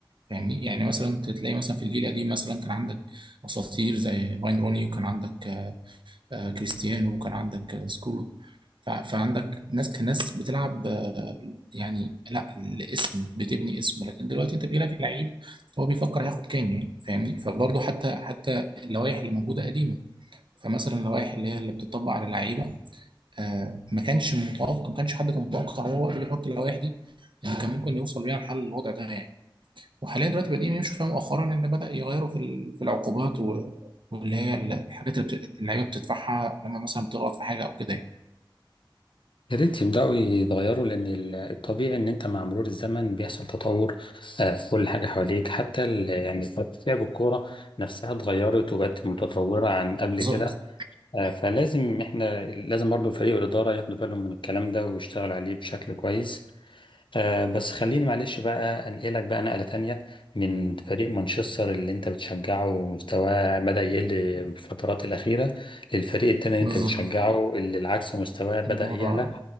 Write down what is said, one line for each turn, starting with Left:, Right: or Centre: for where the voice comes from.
Right: فاهمني يعني مثلا تلاقي مثلا في الجيل القديم مثلا كان عندك اساطير زي واين روني وكان عندك آه، آه، كريستيانو وكان عندك آه، سكولو ف- فعندك ناس كناس بتلعب آه، يعني لا الاسم بتبني اسم لكن دلوقتي انت بيجيلك لعيب هو بيفكر هياخد كام يعني فاهمني فبرضه حتى حتى اللوائح اللي موجوده قديمه فمثلا اللوائح اللي هي اللي بتطبق على اللعيبه آه، ما كانش متوقع ما كانش حد كان متوقع هو وقت بيحط اللوائح دي ان كان ممكن يوصل بيها لحل الوضع ده يعني وحاليا دلوقتي بادئين يمشوا فيها مؤخرا ان بدا يغيروا في ال- في العقوبات و- واللي هي ال- الحاجات اللي بت- اللعيبه بتدفعها لما مثلا بتغلط في حاجه او كده يعني.
Left: يا ريت يبدأوا يتغيروا لأن ال- الطبيعي إن أنت مع مرور الزمن بيحصل تطور آه، في كل حاجة حواليك حتى ال- يعني طريقة لعب الكورة نفسها اتغيرت وبقت متطورة عن قبل
Right: بالظبط
Left: كده آه، فلازم احنا لازم برضو فريق الإدارة ياخدوا بالهم من الكلام ده ويشتغلوا عليه بشكل كويس آه، بس خليني معلش بقى أنقلك بقى نقلة تانية من فريق مانشستر اللي انت بتشجعه ومستواه بدأ يقل الفترات الأخيرة للفريق التاني اللي
Right: بالظبط
Left: انت بتشجعه اللي العكس مستواه بدأ
Right: هو
Left: يعلى